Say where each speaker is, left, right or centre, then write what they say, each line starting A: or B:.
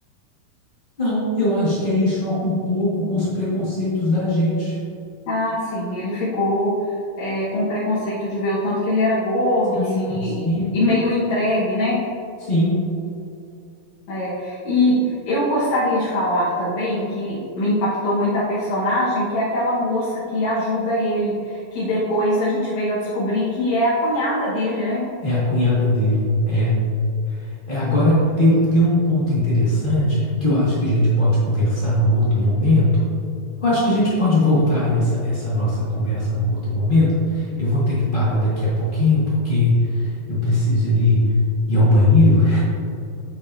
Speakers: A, on the left (about 80°); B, on the left (about 60°).
A: Não, eu acho que aí choca um pouco com os preconceitos da gente.
B: Ah, sim, ele ficou é, com preconceito de ver o tanto que ele era gordo,
A: Sim,
B: assim, e,
A: sim,
B: e- e meio entregue, né?
A: sim.
B: É, e eu gostaria de falar também que me impactou muito a personagem, que é aquela moça que ajuda ele, que depois a gente veio a descobrir que é a cunhada dele, né?
A: É a cunhada dele. É. É, agora, tem um, tem um ponto interessante que eu acho que a gente pode conversar num outro momento. Eu acho que a gente pode voltar a essa, essa nossa conversa num outro momento. Eu vou ter que parar daqui a pouquinho, porque eu preciso ali ir ao banheiro.